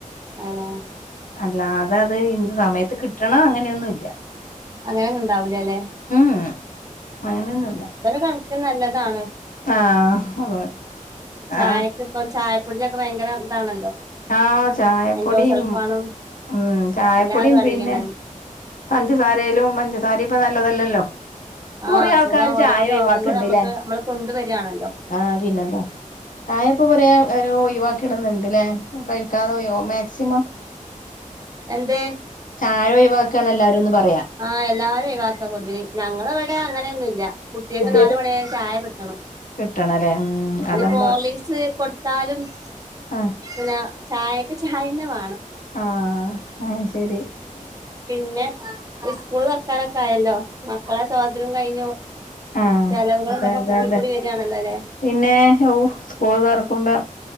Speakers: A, on the right (about 25°); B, on the left (about 70°).
A: ആഹ്
B: അല്ലാതെ അത് ഇ സമയത്ത് കിട്ടണം അങ്ങനെയൊന്നുംല്ല
A: അങ്ങനെയൊന്നും ഉണ്ടാവൂലല്ലെ
B: മ് അങ്ങനൊന്നുംല്ല
A: കണക്കിന് നല്ലതാണ്
B: ആ അതെ
A: ചായക്ക
B: ആഹ്
A: ഇപ്പം ചായപ്പൊടിലൊക്കെ ഭയങ്കര ഇതാണല്ലോ
B: ആ ചായപ്പൊടിയും
A: എൻഡോ സൾഫാണും
B: മ് ചായപ്പൊടിയും
A: എല്ലാതും അടങ്ങിയണല്ലോ
B: പിന്നെ പഞ്ചസാരയിലും പഞ്ചസാര ഇപ്പ നല്ലതല്ലല്ലോ
A: ആഹ്
B: കൊറേ
A: അസുഖം
B: ആൾക്കാാര് ചായ
A: ഓരോ രോഗങ്ങൾ
B: ഒഴിവാക്കണ്ടല്ലേ
A: നമുക്ക് നമ്മള് കൊണ്ടുവരിയാണല്ലോ
B: ആ പിന്നെന്താ ചായപ്പൊ കുറയാ ഒരു ഒഴിവാക്കണന്നുണ്ട്ല്ലേ കഴിക്കാതെ <unintelligible> മാക്സിമം
A: എന്തേ
B: ചായോയിവാക്കാന് എല്ലാരുംന്ന് പറഞ്ഞ
A: ആ എല്ലാരും ഒഴിവാക്ക പൊതുവിൽ ഞങ്ങളവടെ അങ്ങനെയൊന്നും ഇല്ല കുട്ട്യേക്ക് നാല്
B: ഏഹ്
A: മണി ആയ ചായ കിട്ടണം
B: കിട്ടണല്ലേ ഉം
A: <unintelligible>
B: അത് നമ്മള്
A: ഹോർലിക്സ് കൊടുത്താലും
B: ആഹ്
A: <unintelligible> ചായെന്ന വാണം
B: ആ അയ് ശരി
A: പിന്നെ സ്കൂള് തുറക്കനൊക്കെ ആയല്ലോ മക്കളെ സ്വാതന്ത്രം കഴിഞ്ഞു
B: ആ
A: ചെലവുകൾ
B: അതെ
A: ഇതൊക്കെ
B: അതെ
A: കൂടി
B: അതെ
A: കൂടി വരികയാണല്ലോ അല്ലെ
B: പിന്നെ ഹൗ സ്കൂൾ തുറക്കുമ്പോ